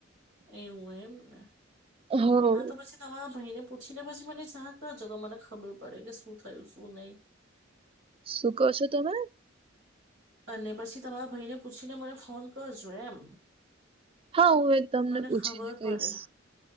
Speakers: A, on the right; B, on the right.
A: એવું હોય, એમને
B: હો
A: હા તો પછી તમારા ભાઈને પૂછીને, પછી મને જાણ કરજો, તો મને ખબર પડે કે, શું થયું, શું નહી.
B: શું કરશો તમે?
A: અને પછી તમારા ભાઈને, પૂછીને મને ફોન કરજો એમ.
B: હા, હું એ
A: તો
B: તમને
A: મને
B: પૂછી
A: ખબર
B: ને કહીશ.
A: પડે